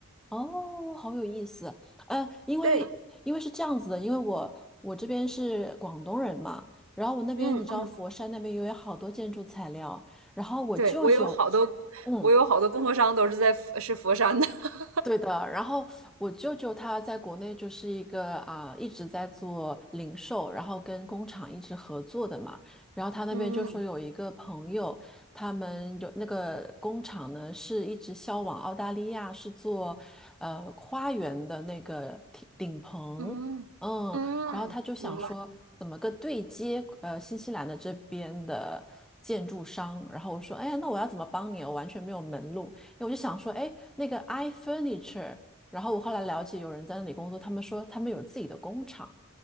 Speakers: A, in the centre; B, on the right.
A: 哦，好有意思。呃，因为因为是这样子的，
B: 对，
A: 因为我我这边是广东人嘛，然后我那边你知道佛山那边有好多建筑材料，
B: 嗯嗯，
A: 然后我舅舅，
B: 对我有好多，
A: 嗯，
B: 我有好多供货商都是在佛是佛山的，<laughs>
A: 对的，然后我舅舅他在国内就是一个啊、一直在做零售，然后跟工厂一直合作的嘛。然后他那边就说有一个朋友，
B: 嗯。
A: 他们有那个工厂呢是一直销往澳大利亚，是做呃花园的那个顶顶棚，
B: 嗯，
A: 嗯，
B: 嗯，
A: 然后他就想说怎么个对接呃新西兰的这边的建筑商，
B: 明白。
A: 然后我说哎呀，那我要怎么帮你？我完全没有门路。我就想说，哎，那个 iFurniture，然后我后来了解有人在那里工作，他们说他们有自己的工厂。